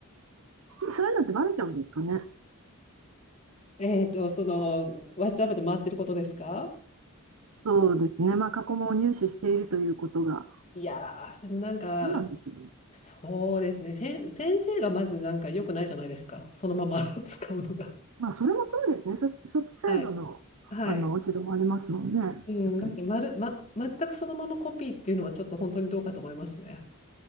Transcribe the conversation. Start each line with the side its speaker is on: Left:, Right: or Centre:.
Right: そういうのってバレちゃうんですかね。
Left: <laughs> えっと、その、ワッチアップで回ってることですか
Right: そうですね、まあ、過去問を入手しているということが、
Left: いやー、でもなんか、
Right: どうなんでしょうね。
Left: そうですね、せん、先生がまずなんか良くないじゃないですか、そのまま <laughs> 使うのが。
Right: まあ、それもそうですね、そそっちサイドのあの落ち度もありますもんね、
Left: はい。はい。うん、
Right: 確かに。
Left: だってまる、ま、全くそのままコピーっていうのはちょっと本当にどうかと思いますね。